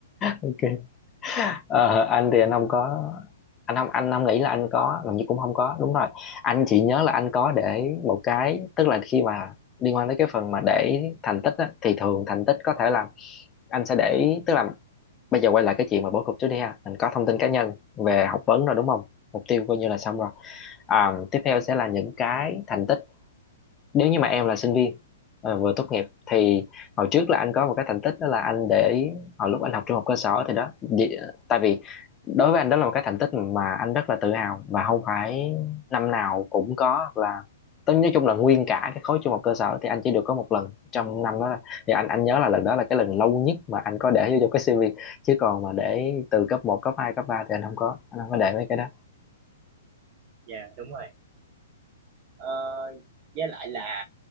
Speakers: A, on the left; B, on the right.
A: ok. Ờ, anh thì anh không có anh không anh không nghĩ là anh có gần như cũng không có đúng rồi anh chỉ nhớ là anh có để một cái tức là khi mà liên quan tới cái phần mà để thành tích á, thì thường thành tích có thể là anh sẽ để tức là bây giờ quay lại cái chuyện mà bố cục trước đi ha mình có thông tin cá nhân về học vấn rồi đúng không mục tiêu coi như là xong rồi à, tiếp theo sẽ là những cái thành tích nếu như mà em là sinh viên ờ, vừa tốt nghiệp thì hồi trước là anh có một cái thành tích đó là anh để hồi lúc anh học trung học cơ sở thì đó vì- tại vì đối với anh đó là một cái thành tích mà anh rất là tự hào và không phải năm nào cũng có hoặc là tôi nói chung là nguyên cả cái khối trung học cơ sở thì anh chỉ được có một lần trong năm đó là- thì anh anh nhớ là lần đó là cái lần lâu nhất mà anh có để vô trong cái CV chứ còn mà để từ cấp một cấp hai cấp 3 thì anh không có anh không có để mấy cái đó
B: Dạ đúng rồi. Ờ, với lại là